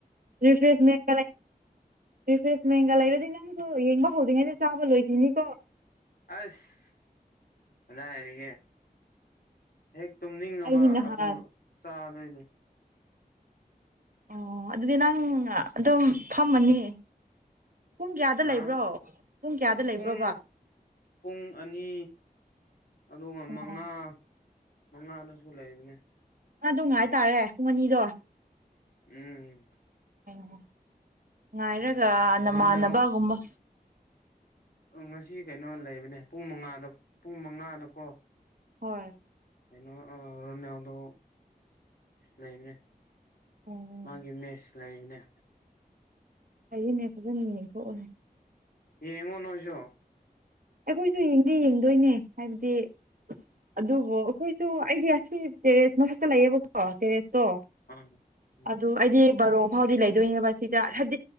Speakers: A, on the right (about 65°); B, on the left (about 75°).
A: ꯔꯤꯐ꯭ꯔꯦꯁꯃꯦꯟ ꯒ ꯔꯤꯐ꯭ꯔꯦꯁꯃꯦꯟꯒ ꯂꯩꯔꯗꯤ ꯅꯪꯁꯨ ꯌꯦꯡꯕ ꯍꯧꯗ꯭ꯔꯤꯉꯩꯗ ꯆꯥꯕ ꯂꯣꯏꯈꯤꯅꯤꯀꯣ
B: ꯑꯁ ꯀꯗꯥꯏꯗꯒꯤ ꯍꯦꯛ ꯇꯨꯝꯅꯤꯡꯉꯕ
A: ꯑꯩꯗꯤ ꯅꯍꯥꯟ
B: ꯑꯗꯨ ꯆꯥꯗꯣꯏꯅꯦ
A: ꯑꯣ ꯑꯗꯨꯗꯤ ꯅꯪ ꯑꯗꯨꯝ ꯊꯝꯃꯅꯤ ꯄꯨꯡ ꯀꯌꯥꯗ
B: ꯍꯥ
A: ꯂꯩꯕ꯭ꯔꯣ ꯄꯨꯡ ꯀꯌꯥꯗ ꯂꯩꯕ꯭ꯔꯣꯕ
B: ꯄꯨꯡ ꯄꯨꯡ ꯑꯅꯤ ꯑꯗꯨꯒ
A: ꯑꯣ
B: ꯃꯉꯥ ꯃꯉꯥꯗꯁꯨ ꯂꯩꯕꯅꯦ
A: ꯑꯗꯨ ꯉꯥꯏꯇꯥꯔꯦ ꯄꯨꯡ ꯑꯅꯤꯗꯣ
B: ꯎꯝ
A: ꯑꯣ ꯉꯥꯏꯔꯒ ꯅꯃꯥꯟꯅꯕꯒꯨꯝꯕ
B: ꯔꯣꯅꯦꯜ ꯉꯁꯤ ꯀꯩꯅꯣ ꯂꯩꯕꯅꯦ ꯄꯨꯡ ꯃꯉꯥꯗ ꯄꯨꯡ ꯃꯉꯥꯗꯀꯣ
A: ꯍꯣꯏ
B: ꯀꯩꯅꯣ ꯔꯣꯟ ꯅꯎꯗꯣ ꯂꯩꯕꯅꯦ
A: ꯑꯣ
B: ꯃꯥꯒꯤ ꯃꯦꯁ ꯂꯩꯔꯤꯅꯦ
A: ꯑꯩꯅꯦ ꯐꯖꯅ ꯌꯦꯡꯊꯣꯛꯎꯅꯦ
B: ꯌꯦꯡꯉꯣ ꯅꯣꯏꯁꯨ
A: ꯑꯩꯈꯣꯏꯁꯨ ꯌꯦꯡꯗꯤ ꯌꯦꯡꯗꯣꯏꯅꯦ ꯍꯥꯏꯕꯗꯤ ꯑꯗꯨꯕꯨꯣ ꯑꯩꯈꯣꯏꯁꯨ ꯑꯩꯗꯤ ꯑꯁꯤ ꯇꯦꯔꯦꯁ ꯃ ꯈꯛꯇ ꯂꯩꯌꯦꯕꯣ ꯑꯣ ꯇꯦꯔꯦꯁꯇꯣ
B: ꯎꯝ ꯎꯝ
A: ꯑꯗꯨ ꯑꯩꯗꯤ ꯕꯔꯣ ꯐꯥꯎꯗꯤ ꯂꯩꯗꯣꯏꯅꯦꯕ ꯁꯤꯗ ꯍꯥꯏꯗꯤ